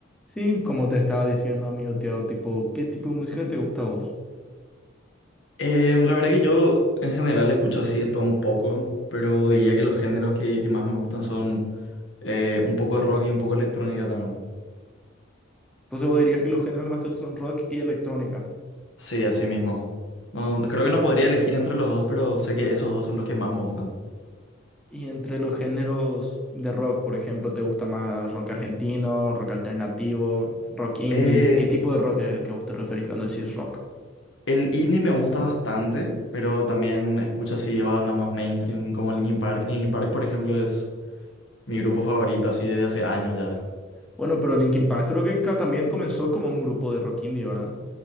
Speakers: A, in the centre; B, on the left.
A: Sí, como te estaba diciendo, amigo Tiago, tipo, ¿qué tipo de música te gusta a vos?
B: Em, la verdad que yo en general escucho así de todo un poco, pero diría que los géneros que, que más me gustan son eh, un poco de rock y un poco de electrónica también.
A: Entonces vos dirías que los géneros que más te gustan son rock y electrónica.
B: Sí, así mismo. No, creo que no podría elegir entre los dos, pero sé que esos dos son los que más me gustan.
A: Y entre los géneros de rock, por ejemplo, ¿te gusta más rock argentino, rock alternativo, rock indie?
B: Eh,
A: ¿Qué tipo de rock es el que a vos te referís cuando decís rock?
B: el indie me gusta bastante, pero también escucho así bandas más mainstream como Linkin Park. Linkin Park, por ejemplo, es mi grupo favorito así desde hace años ya.
A: Bueno, pero Linkin Park creo que ca- también comenzó como un grupo de rock indie, ¿verdad?